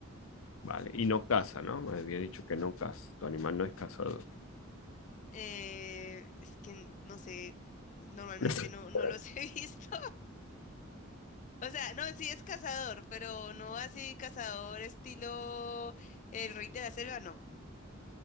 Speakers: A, on the left; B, on the left.
A: Vale. Y no caza, ¿no? Me había dicho que no caza. Tu animal no es cazador.
B: Eh, es que n- no sé, normalmente
A: <laughs>
B: no, no los he <laughs> visto. O sea, no, sí es cazador, pero no así cazador estilo el rey de la selva, no,